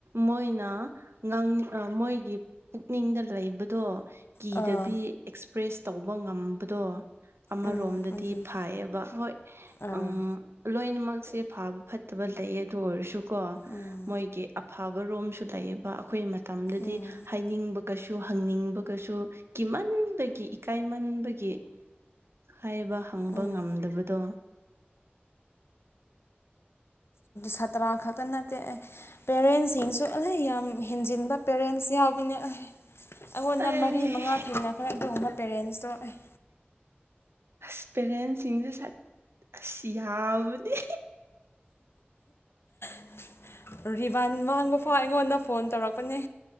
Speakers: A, on the right; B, on the left.
A: ꯃꯣꯏꯅ ꯉꯥꯡꯅꯤꯡ ꯃꯣꯏ ꯑꯩꯒꯤ ꯄꯨꯛꯅꯤꯡꯗ ꯂꯩꯕꯗꯣ ꯀꯤꯗꯕꯤ
B: ꯑꯥ
A: ꯑꯦꯛꯁꯄ꯭ꯔꯦꯁ ꯇꯧꯕ ꯉꯝꯕꯗꯣ ꯑꯃꯔꯣꯝꯗꯗꯤ
B: ꯎꯝ ꯑꯗꯨꯅꯤ
A: ꯐꯩꯌꯦꯕ ꯍꯣꯏ
B: ꯑꯥ
A: ꯎꯝ ꯂꯣꯏꯅꯃꯛꯁꯦ ꯐꯥꯕ ꯐꯠ ꯐꯠꯇꯕ ꯂꯩꯌꯦ ꯑꯗꯨ ꯑꯣꯏꯔꯁꯨꯀꯣ
B: ꯎꯝ
A: ꯃꯣꯏꯒꯤ ꯑꯐꯕ ꯔꯣꯝꯁꯨ ꯂꯩꯌꯦꯕ ꯑꯈꯣꯏ ꯃꯇꯝꯗꯗꯤ
B: ꯎꯝ
A: ꯍꯥꯏꯅꯤꯡꯕ ꯀꯩꯁꯨ ꯍꯪꯅꯤꯡꯕꯒꯁꯨ ꯀꯤꯃꯟꯕꯒꯤ ꯏꯀꯥꯏꯃꯟꯕꯒꯤ ꯍꯥꯏꯕ ꯍꯪꯕ
B: ꯎꯝ
A: ꯉꯝꯗꯕꯗꯣ
B: ꯁꯇ꯭ꯔꯥ ꯈꯛꯇ ꯅꯠꯇꯦ ꯄꯦꯔꯦꯟꯁꯤꯡꯁꯨ ꯑꯩ ꯌꯥꯝ ꯍꯦꯟꯖꯤꯟꯕ ꯄꯦꯔꯦꯟꯁ ꯌꯥꯎꯕꯅꯦ ꯑꯩ ꯑꯩꯉꯣꯟꯗ
A: ꯑꯩ
B: ꯃꯔꯤ ꯃꯉꯥ ꯊꯦꯡꯅꯈ꯭ꯔꯦ ꯑꯗꯨꯒꯨꯝꯕ ꯄꯦꯔꯦꯟꯁꯇꯣ ꯑꯩ
A: ꯑꯁ ꯄꯦꯔꯦꯟ ꯁꯤꯡꯁꯨ ꯁꯠ ꯑꯁ ꯌꯥꯕꯅꯦ
B: <inaudible> ꯔꯤꯕꯟ ꯃꯥꯡꯕ ꯐꯥꯎ ꯑꯩꯉꯣꯟꯗ ꯐꯣꯟ ꯇꯧꯔꯛꯄꯅꯦ